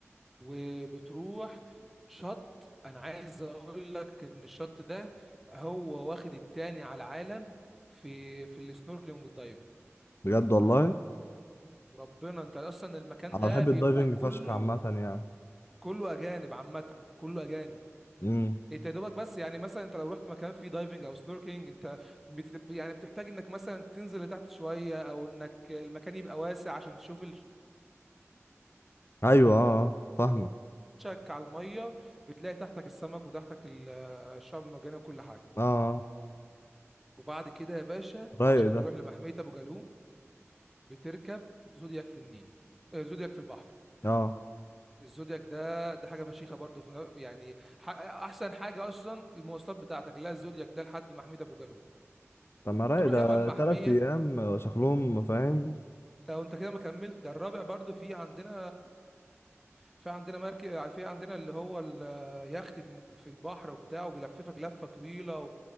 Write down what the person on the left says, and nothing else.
بجد والله
انا
بحب
الدايفنج
فشخ عامة يعني
مم.
ايوه اه آه، فاهمه
اه آه،
رايق
ده
اه
طب ما رايق
ده
تلات ايام شكلهم فاهم